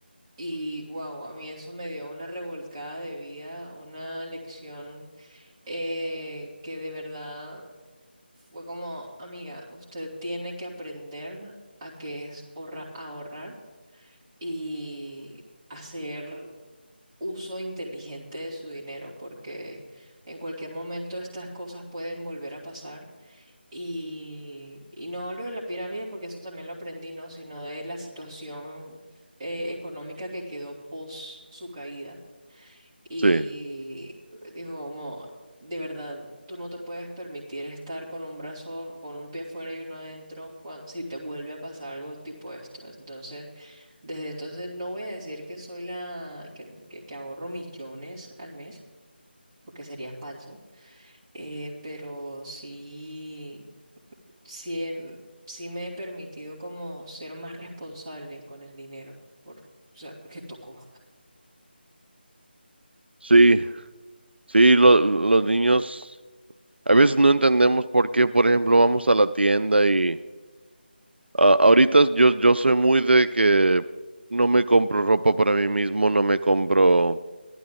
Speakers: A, on the right; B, on the right.
A: Y wow, a mí eso me dio una revolcada de vida, una lección eh, que de verdad fue como, amiga, usted tiene que aprender a que es ahorra- ahorrar y hacer uso inteligente de su dinero, porque en cualquier momento estas cosas pueden volver a pasar. Y, y no hablo de la pirámide porque eso también lo aprendí, ¿no? Sino de la situación eh, económica que quedó post su caída y
B: sí,
A: dijo, como, de verdad, tú no te puedes permitir estar con un brazo, con un pie afuera y uno adentro, cuan- si te vuelve a pasar algo tipo esto. Entonces, desde entonces no voy a decir que soy la, que, que, que ahorro millones al mes, porque sería falso, eh, pero sí, sí, he- sí me he permitido como ser más responsable con el dinero, por, o sea, porque tocó.
B: sí, sí, lo- los niños. A veces no entendemos por qué, por ejemplo, vamos a la tienda y ah, ahorita yo, yo soy muy de que no me compro ropa para mí mismo, no me compro